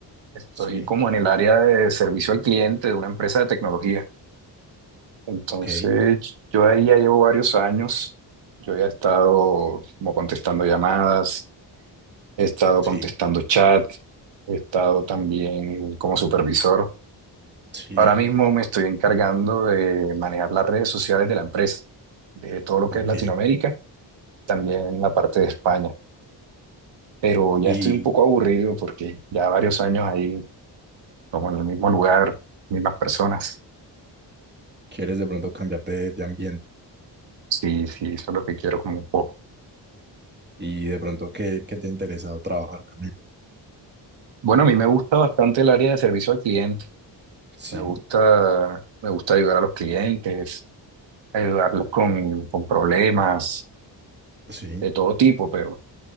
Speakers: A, on the right; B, on the right.
A: Estoy
B: Sí,
A: como en el área de servicio al cliente de una empresa de tecnología. Entonces,
B: Ok,
A: yo ahí ya llevo varios años. Yo ya he estado como contestando llamadas, he estado
B: sí,
A: contestando chat, he estado también como supervisor.
B: sí,
A: Ahora mismo me estoy encargando de manejar las redes sociales de la empresa, de todo lo que
B: ok.
A: es Latinoamérica, también la parte de España. Pero ya
B: ¿Y
A: estoy un poco aburrido porque ya varios años ahí, como en el mismo lugar, mismas personas.
B: quieres de pronto cambiarte de, de ambiente?
A: Sí, sí, eso es lo que quiero como un poco.
B: ¿Y de pronto qué, qué te ha interesado trabajar, Camilo?
A: Bueno, a mí me gusta bastante el área de servicio al cliente.
B: sí.
A: Me gusta, me gusta ayudar a los clientes, ayudarlos con, con problemas
B: Sí,
A: de todo tipo, pero